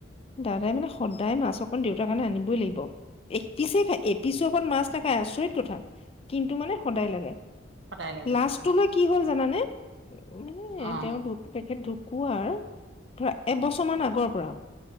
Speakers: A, on the left (about 30°); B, on the right (about 70°).
A: দাদাই মানে সদায় মাছ অকন দেউতাৰ কাৰণে আনিবই লাগিব। এক পিছেই খাই এপিছৰ ওপৰত মাছ না খায়, আচৰিত কথা কিন্তু মানে সদায় লাগে।
B: সদায় লাগে
A: লাষ্টলৈ
B: অকণ অকণ
A: কি হ'ল জানানে? মানে
B: অ'।
A: তেওঁ ঢু তেখেত ঢুকোৱাৰ ধৰা এবছৰ মান আগৰ পৰা,